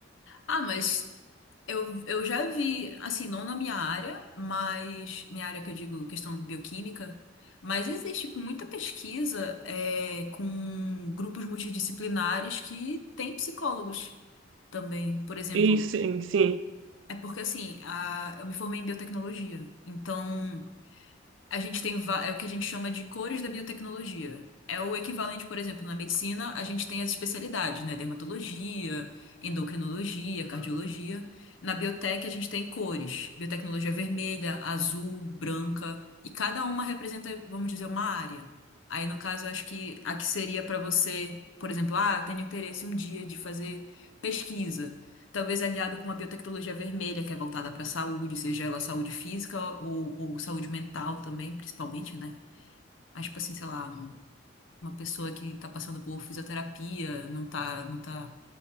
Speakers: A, on the left; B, on the right.
A: Ah, mas eu, eu já vi, assim, não na minha área, mas minha área que eu digo questão bioquímica, mas existe tipo, muita pesquisa é, com grupos multidisciplinares que têm psicólogos também. Por exemplo,
B: E sim, sim.
A: é porque assim, a, eu me formei em biotecnologia, então. A gente tem va- é o que a gente chama de cores da biotecnologia. É o equivalente, por exemplo, na medicina, a gente tem as especialidades, né? Dermatologia, endocrinologia, cardiologia. Na biotec, a gente tem cores. Biotecnologia vermelha, azul, branca. E cada uma representa, vamos dizer, uma área. Aí, no caso, eu acho que a que seria para você, por exemplo, ah, tenho interesse um dia de fazer pesquisa talvez aliado com a biotecnologia vermelha, que é voltada para a saúde, seja ela saúde física ou, ou saúde mental também, principalmente, né? Mas, tipo assim, sei lá, um- uma pessoa que está passando por fisioterapia, não tá, não tá,